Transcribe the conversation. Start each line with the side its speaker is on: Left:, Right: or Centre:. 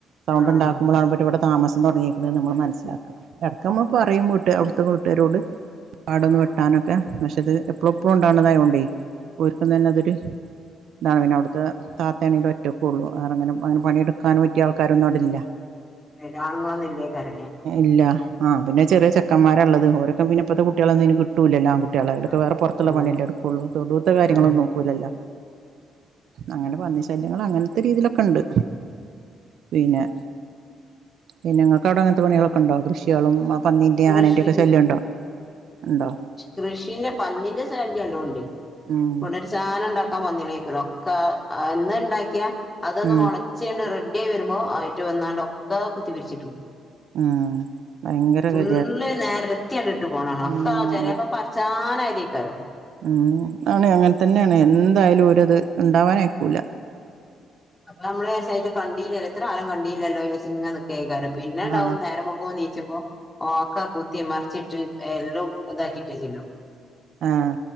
Right: സൗണ്ട്
Left: ആഹ്
Right: ഇണ്ടാക്കുമ്പളാവുമ്പൊ ഇബര് ഇവടെ താമസം തൊടങ്ങിക്ക്‌ണ്ന്ന് നമ്മള് മനസ്സിലാക്ക ഇടക്ക്‌ നമ്മള് പറയും വീട്ട് അവ്ട്ത്തെ വീ ട്ടാരോട് അവടൊന്ന്
Left: ആഹ്
Right: വെട്ടാനൊക്കെ പക്ഷെ ഇത് എപ്പളും
Left: ആഹ്
Right: എപ്പളും ഇണ്ടാവണതായോണ്ടേ ഓര്ക്കും തന്നെ അതൊരു ഇതാണ് പിന്നെ അവിടുത്തെ താത്തേണേലും ഒറ്റക്കൊള്ളൂ വേറങ്ങനെ ങ്ങനെ പണിയെടുക്കാൻ പറ്റിയ ആൾക്കാരൊന്നും അവടെല്ല
Left: യന്റെ ആണുങ്ങളൊന്നുല്ലേ പെരേല്
Right: ഇല്ല ആ പിന്നെ ചെറ്യേ ചെക്കൻമാര ഇള്ളത് ഓരൊക്കെ പിന്നെപ്പത്തെ കുട്ട്യേളൊന്നും അയ്ന് കിട്ടൂലല്ലോ ആങ്കു കുട്ട്യേളെല്ലെ ലൊക്കെ
Left: ഉം.
Right: വേറെ പൊറത്ത്ള്ള
Left: ഉം
Right: പണി അല്ലെ ഇടുകൊള്ളൂ തൊടുത്തെ കാര്യങ്ങളൊന്നും
Left: ഉം
Right: നോക്കൂലല്ല അങ്ങനെ പന്നി ശല്യങ്ങള് അങ്ങൻത്തെ രീതിയിലൊക്കെണ്ട് പിന്നെ പിന്നെങ്ങക്ക് അവിടെ ഇങ്ങനത്തെ പണ്യേളൊക്കെണ്ടോ കൃഷ്യെളും പന്നിന്റെ
Left: കൃഷി
Right: ആനന്റെ ഒക്കെ ശല്യം ഇണ്ടോ ഇണ്ടോ
Left: കൃഷിനെ പന്നിന്റെ ശല്യം നല്ലോണ്ട് ഇവടൊ
Right: ഉം
Left: ചാന ഇണ്ടാക്കാൻ വന്നിലിപ്രോ ഒക്കെ ഇന്നണ്ടാക്കിയാ അതൊന്ന്
Right: ഉം
Left: മൊള വെച്ചെയ്ന് റെഡിയായി വരുമ്പോ അയ്റ്റെ വന്നാണ്ട് ഒക്കെ കുത്തി പിരിച്ചിട്ടു
Right: ഉം ഭയങ്കര വെ
Left: എല്ലാം നെരത്തിങ്ങട്ട് ഇട്ട് പോണാണ
Right: ഉം
Left: ഒക്കെ ചെലേപ്പൊ പറച്ചാനായതേക്കാരം
Right: ഉം ആണ് അങ്ങനെ തന്നാണ് എന്തായാലും ഓരത് ഇണ്ടാവാനയക്കൂല
Left: അപ്പൊ നമ്മള് വിചാരിച്ചും കണ്ടീലല്ലോ ഇത്ര കാലം കണ്ടീലല്ലോ വ്ചാരിച്ചു ഇങ്ങനെ നിക്കേകാരം പിന്നെ ഇണ്ടാവും
Right: ആഹ്
Left: നേരംവെ ഇപ്പൊ നീച്ച്മ്പൊ ഒക്ക കുത്തി മറിച്ചിട്ട് എല്ലാം താക്കിട്ട് ചെല്ലോ.
Right: ആഹ്